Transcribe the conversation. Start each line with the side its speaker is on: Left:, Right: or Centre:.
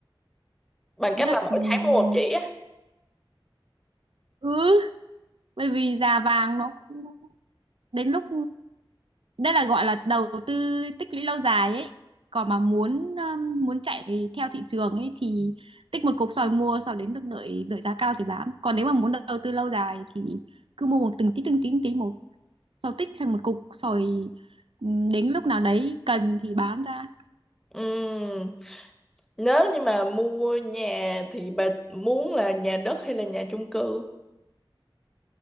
Centre: bằng
Right: ý
Centre: cách là
Right: là
Centre: mỗi
Right: ừm,
Centre: tháng mua một chỉ á.
Right: ừ bởi vì già vàng nó cũng đến lúc đây là gọi là đầu tư tích lũy lâu dài ấy còn mà muốn um, muốn chạy theo thị trường ấy thì tích một cục sỏi mua sau đến được đợi đợi giá cao thì bán còn nếu mà muốn đầu tư lâu dài thì cứ mua một từng tí từng tí từng tí một sau tích thành một cục sỏi ừm, đến lúc nào đấy cần thì bán ra
Centre: Ừm, nếu như mà mua nhà thì bà muốn là nhà đất hay là nhà chung cư?